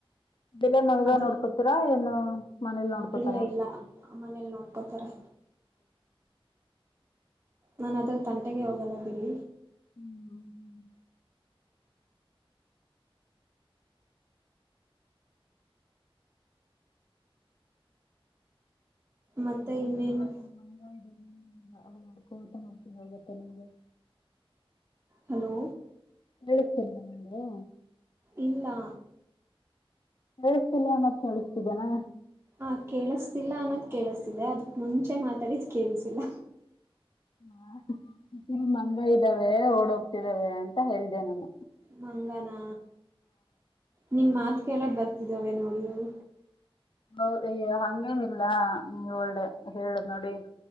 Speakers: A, on the left; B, on the right.
A: ಅದೆಲ್ಲಾ ನೀವೇ
B: ಅದೇ
A: ನೋಡ್ಕೋತೀರಾ ಏನು ಮನೇಲಿ ನೋಡ್ಕೋತಾರ
B: ಇಲ್ಲ ಇಲ್ಲ ಮನೇಲಿ ನೋಡ್ಕೋತಾರೆ ನನ್ ಅದ್ರ ತಂಟೆಗೆ ಹೋಗಲ್ಲ ಬಿಡಿ
A: ಹ್ಮ್
B: ಮತ್ತೆ
A: ಈ
B: ಇನ್ನೇನು
A: ಮಂಗ ಈ ಮಂಗ ಹ್ಮ್ ನೋಡ್ಕೊತಾ ಹೋಡ್ತ ಹೋಗುತ್ತೆ ನಿಮ್ಗೆ
B: ಹಲೋ
A: ಕೇಳಿಸ್ತಾ ನಿಮ್ಗೆ
B: ಇಲ್ಲಾ
A: ಕೇಳಿಸ್ತಾ ಇಲ್ಲ ಆನೊಂದು ಕೇಳಿಸ್ತಿದೆನಾ
B: ಹ ಕೇಳಿಸತಿಲ್ಲ ಅನ್ನೋದ್ ಕೇಳಿಸ್ತಿದೆ ಅದಕ್ ಮುಂಚೆ ಮಾತಾಡಿದ ಕೇಳಸಿಲ್ಲ
A: ಹಾ ಇಲ್ ಮಂಗ ಇದ್ದಾವೆ ಓಡ ಹೋಗ್ತಿದಾವೆ ಅಂತ ಹೇಳ್ದ ನಾನು
B: ಮಂಗನಾ ನಿಮ ಮಾತ್ ಕೆೇಳಕ್ ಬರ್ತಿದಾವೆ ನೋಡಿ ಅವು
A: ಹೌದ ಈ ಹಂಗೇನಿಲ್ಲಾ ನೀ ಒಳ್ಳೆ ಹೇಳ ನೋಡಿ